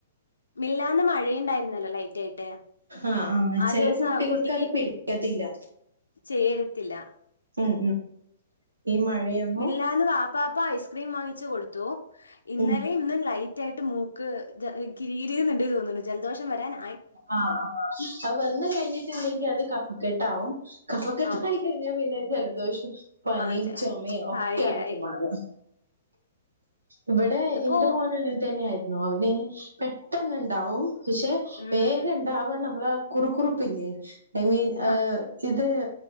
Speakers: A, on the left; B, on the right.
A: മിഞ്ഞാന്ന് മഴയുണ്ടായിരുന്നല്ലോ ലൈറ്റ് ആയിട്ട്
B: ആഹ് ആഹ്
A: ആ
B: ചെല
A: ദിവസം
B: കുട്ടികൾക്ക്
A: കുട്ടിക്ക്
B: അത് പിടിക്കത്തില്ല.
A: ചേരത്തില്ല
B: ഉം ഉം ഈ മഴയൊന്നും
A: മിഞ്ഞാന്ന് വാപ്പാപ്പ ഐസ്ക്രീം വാങ്ങിച്ചു കൊടുത്തു. ഇന്നലെ
B: ഉം
A: ഇന്നും ലൈ തൃയായിട്ട് മൂക്ക് കിരീകിരൂന്നുണ്ട് തോന്നുന്നു ജലദോഷം വരാനാ
B: ആ ആ അത് വന്ന് കഴിഞ്ഞിട്ടിണ്ടെങ്കിൽ അത് കഫക്കെട്ടാവും കഫക്കെട്ടായി
A: ആവും
B: കയിഞ്ഞാൽ പിന്നെ ജലദോഷം പനിം
A: ആ
B: ചോമ ഒക്കെ
A: ആയി
B: ആയിട്ട്
A: ആയി
B: മാറും ഇവിടെ
A: ഇതിപ്പോ
B: എന്റെ മോന് അങ്ങനെ തന്നെയായിയിരുന്നു അവന് പെട്ടെന്നുണ്ടാവും പ്ക്ഷെ
A: ഉം
B: വേഗം ണ്ടാവ നമ്മളെ കുറു കുറുപ്പില്ലേ ഐ മീൻ എഹ്
A: ആ
B: ചിത്